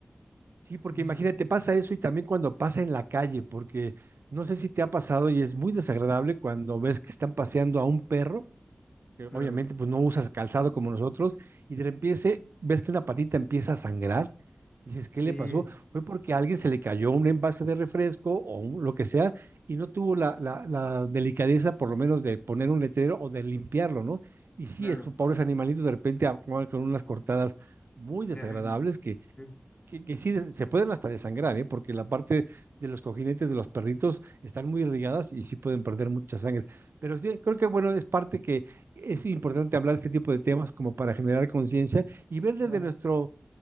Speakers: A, on the right; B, on the left.
A: Sí, porque
B: Muchas
A: imagínate,
B: veces.
A: pasa eso y también cuando pasa en la calle, porque no sé si te ha pasado y es muy desagradable cuando ves que están paseando a un perro que
B: Claro,
A: obviamente pues no usas calzado como nosotros, y de repente ves que una patita empieza a sangrar. Dices, ¿qué
B: sí,
A: le pasó? Fue porque a alguien se le cayó un envase de refresco o un- lo que sea y no tuvo la, la- la delicadeza por lo menos de poner un letrero o de limpiarlo, ¿no? Y sí,
B: claro,
A: estos pobres animalitos de repente acaban con unas cortadas muy desagradables
B: terrible,
A: que
B: sí,
A: que, que sí des- se pueden hasta desangrar, ¿eh? Porque la parte de los cojinetes de los perritos están muy irrigadas y sí pueden perder mucha sangre. Pero sí, creo que bueno, es parte que es importante hablar este tipo de temas como para generar conciencia y ver desde
B: claro,
A: nuestro